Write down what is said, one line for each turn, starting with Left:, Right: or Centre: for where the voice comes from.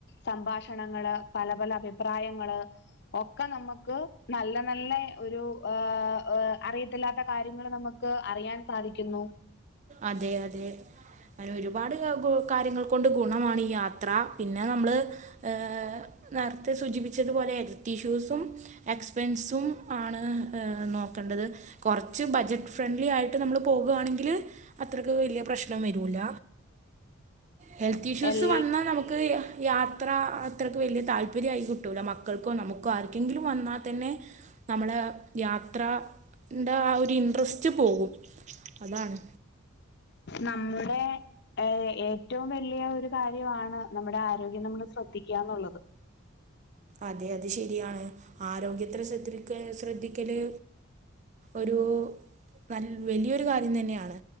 Left: സംഭാഷണങ്ങള് പല പല അഭിപ്രായങ്ങള് ഒക്കെ നമുക്ക് നല്ല നല്ല ഒരു ആ അറിയത്തില്ലാത്ത കാര്യങ്ങൾ നമുക്ക് അറിയാൻ സാധിക്കുന്നു
Right: അതെ അതെ അതിന് ഒരുപാട് കാര്യങ്ങൾ കൊണ്ട് ഗുണമാണ് ഈ യാത്ര പിന്നെ നമ്മള് ഏ നേരത്തെ സൂചിപ്പിച്ചതുപോലെ ഹെൽത്ത് ഇഷ്യൂസും എക്സ്പെൻസും ആണ് നോക്കേണ്ടത് കുറച്ച് ബജറ്റ് ഫ്രണ്ട്ലി ആയിട്ട് നമ്മള് പോകുകയാണെങ്കില് അത്രയ്ക്ക് വലിയ പ്രശ്നം വരൂല ഹെൽത്ത് ഇഷ്യൂസ്
Left: എൽ
Right: വന്നാൽ നമുക്ക് യാത്ര അത്രയ്ക്ക് വലിയ താല്പര്യമായി കിട്ടൂല മക്കൾക്കോ നമുക്കോ ആർക്കെങ്കിലും വന്നാൽ തന്നെ നമ്മുടെ യാത്ര ന്റെ ആ ഒരു ഇൻഡ്രസ്‌റ്റ്‌ പോകും അതാണ്
Left: നമ്മുടെ ഏ ഏറ്റവും വലിയ ഒരു കാര്യമാണ് നമ്മുടെ ആരോഗ്യം നമ്മൾ ശ്രദ്ധിക്കുകന്നുള്ളത്
Right: അതെ അത് ശരിയാണ് ആരോഗ്യത്തെ ശ്രദ്ധ ശ്രദ്ധിക്കല് ഒരു നൽ വലിയൊരു കാര്യം തന്നെയാണ്